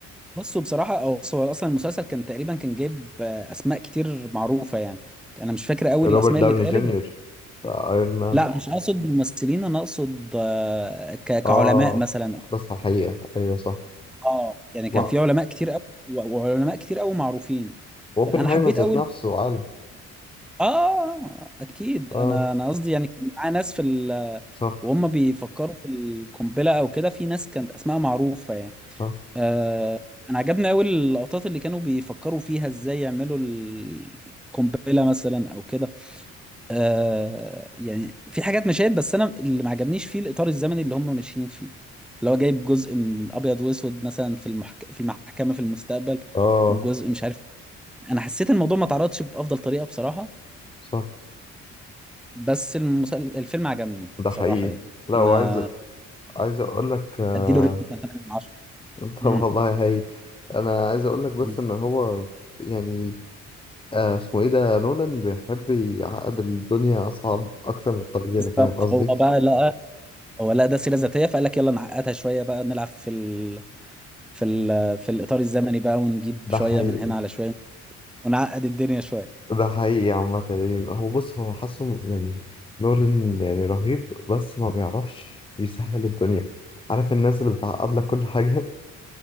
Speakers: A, in the centre; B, on the left.
A: بصوا بصراحة أو بص هو أصلا المسلسل كان تقريبا كان جايب آه، أسماء كتير معروفة يعني أنا مش فاكر أوي
B: روبرت
A: الأسماء
B: داوني
A: اللي اتقالت
B: جونيور
A: بس
B: بتاع ايرون مان
A: لا مش أقصد ممثلين أنا أقصد آه، ك- كعلماء
B: اه
A: مثلا
B: خلاص على الحقيقة ايوه صح
A: أه يعني كان
B: ما
A: في علماء كتير أوي و- وعلماء كتير أوي معروفين
B: اوبنهايمر
A: فأنا حبيت
B: ذات
A: أوي
B: نفسه عالم
A: آه آه، أكيد
B: اه
A: أنا أنا قصدي يعني كان معاه ناس في ال
B: صح
A: وهم بيفكروا في القنبلة أو كده في ناس كانت أسماء معروفة يعني
B: صح
A: آه، انا عجبني قوي اللقطات اللي كانوا بيفكروا فيها ازاي يعملوا القنبله مثلا او كده آه، يعني في حاجات مشاهد بس انا اللي ما عجبنيش فيه الاطار الزمني اللي هم ماشيين فيه اللي هو جايب جزء من ابيض واسود مثلا في المحك... في المحكمه في المستقبل
B: اه
A: وجزء مش عارف انا حسيت الموضوع ما اتعرضش بافضل طريقه بصراحه
B: صح
A: بس المسل... الفيلم عجبني
B: ده
A: بصراحه
B: حقيقي
A: يعني
B: لا
A: انا
B: وعايز عايز اقول لك آه...
A: اديله ريت مثلا 8 من 10
B: <laughs> طب
A: مم.
B: والله هايل انا عايز اقول لك بس
A: مم.
B: ان هو يعني آه اسمه ايه ده نولان بيحب يعقد الدنيا اصعب اكتر من الطبيعي
A: بالظبط
B: فاهم قصدي
A: هو بقى لا هو لا ده سيره ذاتيه فقال لك يلا نعقدها شويه بقى نلعب في ال... في ال... في الاطار الزمني بقى ونجيب
B: ده
A: شويه
B: حقيقي
A: من هنا على شويه ونعقد الدنيا شويه
B: ده حقيقي عامة يعني هو بص هو حاسه يعني نولان يعني رهيب بس ما بيعرفش يسهل الدنيا عارف الناس اللي بتعقد لك كل حاجة